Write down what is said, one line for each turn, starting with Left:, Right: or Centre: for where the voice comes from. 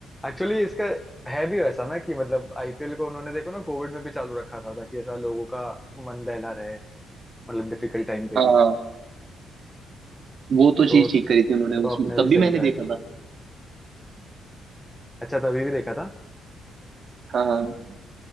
Centre: एक्चुअली इसका है भी वैसा ना कि मतलब आईपीएल को उन्होंने देखो ना कोविड में भी चालू रखा था ताकि ऐसा लोगों का मन बहला रहे मतलब डिफिकल्ट टाइम पे
Right: हाँ
Centre: भी
Right: वो तो
Centre: तो
Right: चीज
Centre: तो
Right: ठीक करी थी उन्होंने उसमें
Centre: आपने
Right: तब
Centre: भी
Right: भी
Centre: सही
Right: मैंने
Centre: कहा
Right: देखा
Centre: एकदम
Right: था
Centre: अच्छा तभी भी देखा था
Right: हाँ हाँ